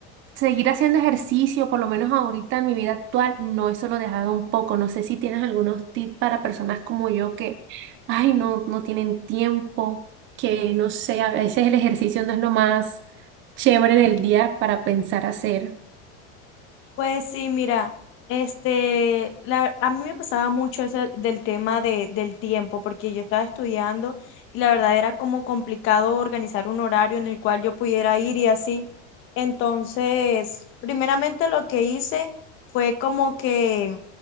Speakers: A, on the right; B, on the left.
A: seguir haciendo ejercicio, por lo menos ahorita en mi vida actual, no, eso lo he dejado un poco. No sé si tienes algunos tips para personas como yo que, ay, no, no tienen tiempo, que no sé, a veces el ejercicio no es lo más chévere del día para pensar hacer.
B: Pues sí, mira, este, la- a mí me pasaba mucho eso del tema de, del tiempo, porque yo estaba estudiando y la verdad era como complicado organizar un horario en el cual yo pudiera ir y así. Entonces, primeramente lo que hice fue como que,